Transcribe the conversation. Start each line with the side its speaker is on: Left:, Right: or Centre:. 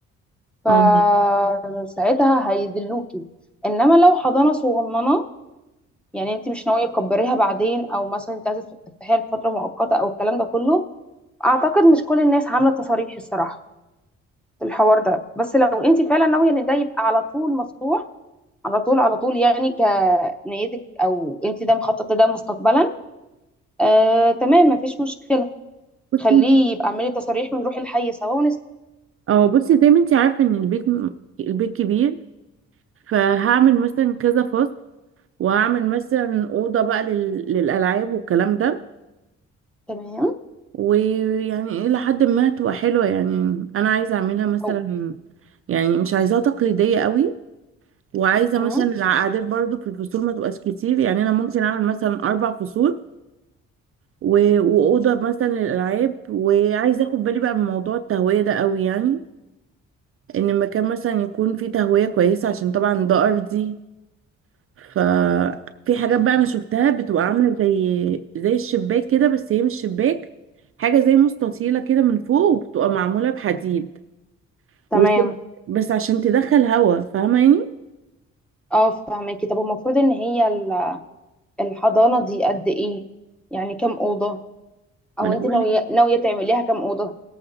Centre: فساعتها
Right: اه
Centre: هيدلوكي انما لو حضانه صغننه يعني انت مش ناويه تكبريها بعدين او مثلا انت عايزه تفتحيها لفتره مؤقته او الكلام ده كله اعتقد مش كل الناس عامله تصاريح الصراحه في الحوار ده بس لو انت فعلا ناويه ان ده يبقى على طول مفتوح على طول على طول يعني كنيتك او انت ده مخططه ده مستقبلا آه تمام مفيش مشكله
Right: بصي
Centre: خليه يبقى اعملي تصاريح ونروح الحي سوا ونس
Right: اه بصي زي ما انت عارفه ان البيت البيت كبير فهعمل مثلا كذا فصل وهعمل مثلا أوضة بقى لل... للألعاب والكلام ده
Centre: تمام
Right: ويعني إلى حد ما هتبقى حلوة يعني أنا عايزة أعملها مثلا
Centre: أو.
Right: يعني مش عايزاها تقليدية قوي وعايزة
Centre: مم.
Right: مثلا العقادات برضو في الفصول ما تبقاش كتير يعني أنا ممكن أعمل مثلا أربع فصول و... وأوضة مثلا للألعاب وعايزة أخد بالي بقى من موضوع التهوية ده قوي يعني إن المكان مثلا يكون فيه تهوية كويسة عشان طبعا ده أرضي ففي حاجات بقى انا شفتها بتبقى عامله زي زي الشباك كده بس هي مش شباك حاجه زي مستطيله كده من فوق وبتبقى معموله بحديد
Centre: تمام
Right: وسلك بس عشان تدخل هوا فاهمه يعني
Centre: اه فهماكي طب المفروض ان هي ال- الحضانه دي قد ايه يعني كام اوضه او
Right: ما انا
Centre: انت
Right: بقول
Centre: ناويه
Right: لك
Centre: ناويه تعمليها كام اوضه